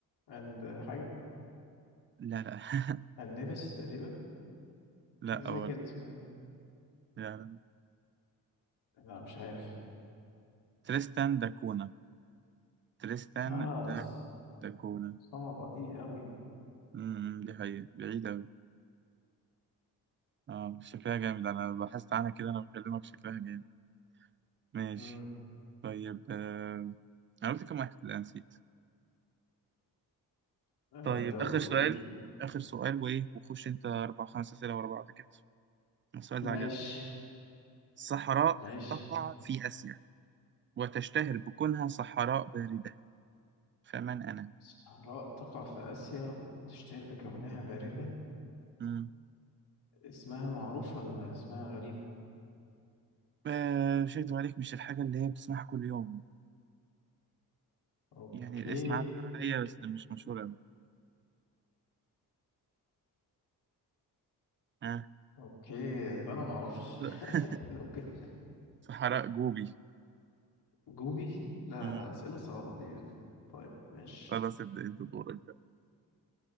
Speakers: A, on the left; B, on the right.
A: اند حاجة
B: لا لا <laughs>
A: اند نيفيس تقريبا
B: لا
A: في جزيرة
B: أول
A: كده اسمها كده
B: لا لا.
A: لا مش عارف
B: تريستان داكونا تريستان
A: اه
B: دا
A: ص-
B: داكونا
A: صعبة دي قوي
B: امم دي حقيقة بعيدة أوي اه شكلها جامد أنا بحثت عنها كده أنا بكلمك شكلها جامد ماشي
A: امم
B: طيب آه، أنا قلت كم واحد لا نسيت
A: آه
B: طيب
A: انت قلت
B: آخر سؤال
A: كتير
B: آخر سؤال وإيه وخش أنت أربع خمس أسئلة ورا بعض كده السؤال
A: ماشي
B: ده عجبني الصحراء
A: ماشي
B: تقع في آسيا وتشتهر بكونها صحراء باردة فمن أنا؟
A: صحراء تقع في آسيا وتشتهر بكونها باردة
B: مم.
A: اسمها معروف ولا اسمها غريب؟
B: آه مش هكدب عليك مش الحاجة اللي هي بتسمعها كل يوم
A: اوكي
B: يعني الاسم عدى عليا بس مش مشهور أوي آه.
A: اوكي يبقى انا ما اعرفش
B: <laughs>
A: <laughs> لو كده
B: صحراء جوبي
A: جوبي لا
B: مم.
A: لا اسئله صعبه دي طيب ماشي
B: خلاص ابدأ أنت دورك بقى